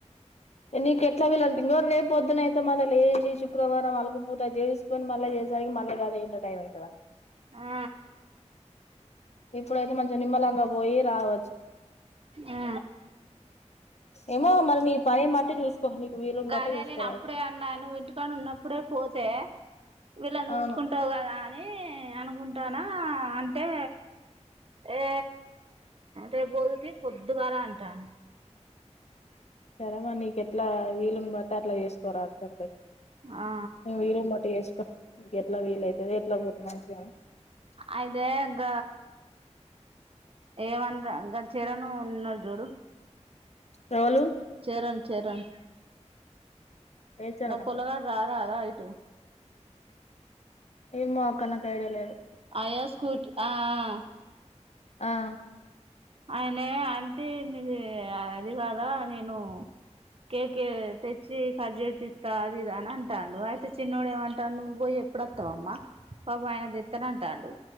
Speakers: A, on the left; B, on the right.
A: నీకు ఎట్లా వీళంట ఇంగో రేపు పొద్దున అయితే మళ్ళ లేసి శుక్రవారం అలుకుపూత చేసుకొని మళ్ళ చేసేసరికి మళ్ళ గదే ఇంత టైం అయితదా
B: ఆ
A: ఇప్పుడైతే మంచిగా నిమ్మలంగా పోయి రావ
B: ఆ
A: ఏమో మరి నీ పని బట్టి చూసుకో నీకు వీలుని
B: గదే
A: బట్టి చూసుకోరాదు
B: నేను అప్పుడే అన్నా నువ్ ఇంటికానున్నప్పుడే పోతే వీళ్ళని చూసుకుంటావు
A: అవును
B: కదా ని అనుకుంటానా అంటే ఏ రేపోదూ తీ పొద్దుగారా అంటా
A: సరే మరి నిక్ ఎట్ల వీలుని బట్టి అట్లా చేసుకోరాదు సప్దాకా
B: ఆ
A: నీ వీరును బట్టి ఏస్ క ఎట్ల వీలైతది ఎట్ల <unintelligible> మంచిగా
B: అయితే గ ఏం అన్రా ఇంక గా చరను ఉన్నాడు చూడు
A: రోలు
B: చెరన్ చెరన్
A: ఏచారనక్క
B: గా పొలగాడు రారార ఇ టో
A: ఏమో అక్క నాక్ ఐడియా లేదు
B: ఆ యా స్కూటీ ఆ ఆ
A: ఆ
B: ఆయనే అంటే నీది అది కాదా నేను కేకే తెచ్చి కట్ చేపిత్త అదిదా అని అంటాండు అయితే చిన్నోడు ఏమంటాను నువ్వు పోయి ఎప్పుడొత్తావమ్మ పాపం ఆయన తెస్తానంటాండు